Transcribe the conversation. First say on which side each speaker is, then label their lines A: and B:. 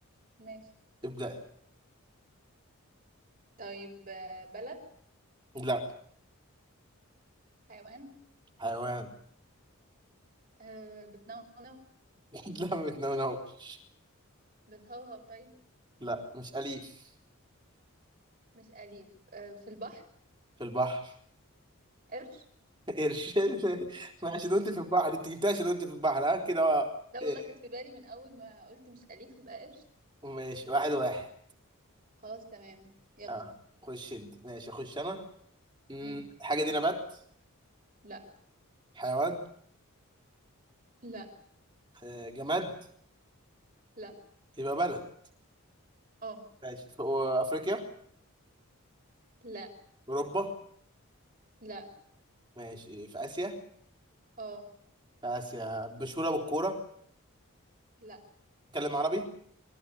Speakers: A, on the right; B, on the right.
A: ماشي
B: ابدأ
A: طيب آه، بلد
B: لا
A: حيوان
B: حيوان
A: أه بتنونو
B: <laughs> لا ما بتنونوش
A: بتهوهو طيب
B: لا مش أليف
A: مش أليف أه في البحر
B: في البحر
A: قرش
B: <laughs> قرش <laughs> ما عشان قلت في البحر انت جبتها عشان قلت في البحر ها كده بقى.
A: لا
B: إيه،
A: والله كانت في بالي من أول ما قلت مش أليف يبقى قرش
B: ماشي واحد واحد
A: خلاص تمام يلا
B: اه خش انت ماشي اخش انا مم،
A: امم
B: الحاجة دي نبات
A: لا
B: حيوان
A: لا
B: آه، جماد
A: لا
B: يبقى بلد
A: اه
B: ماشي في افريقيا
A: لا
B: اوروبا
A: لا
B: ماشي في اسيا
A: اه
B: في اسيا مشهوره بالكوره
A: لا
B: تكلم عربي